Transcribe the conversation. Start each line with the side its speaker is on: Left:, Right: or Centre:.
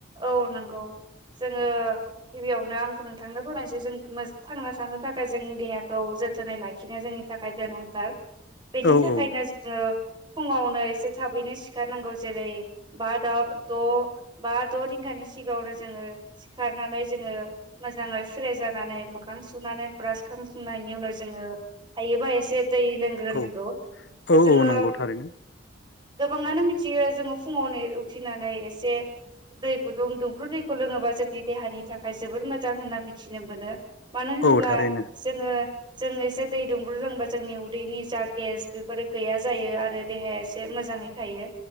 Right: औ नंगौ जोङो गिबियावनो आंखौ नोंथांनो फोरमायसै जों थांना थानो थाखाय जोंनि देहाखौ जोथोनै लाखिनाया जोंनि थाखाय गोनांथार बेनि
Left: औ
Right: थाखायनो
Left: औ
Right: जोङो फुङावनो से थाबैनो सिखारनांगौ जेरै बा दा द' बा द' रिंगानि सिगाङावनो जोङो सिखारनानै जोङो मोजाङै फ्रेज जानानै मोखां सुना ब्रास खालामनायनि उनाव जोङो हायोबा एसे दै लोंग्रोनांगौ
Left: औ औ
Right: जोङो
Left: औ नंगौ थारैनो
Right: गोबाङानो मिथियो जोङो फुङावनो उथिनानै एसे दै गुदुं दुंब्रु दैखौ लोङोबा जोंनि देहानि थाखाय जोबोर मोजां होनना मिथिनो मोनो मानो होनब्ला
Left: औ थारैनो
Right: जोङो जों एसे दै दुंब्रु रोंबला जोंनि उदैनि जा गेस बेफोरो गैया जायो आरो देहाया एसे मोजाङै थायो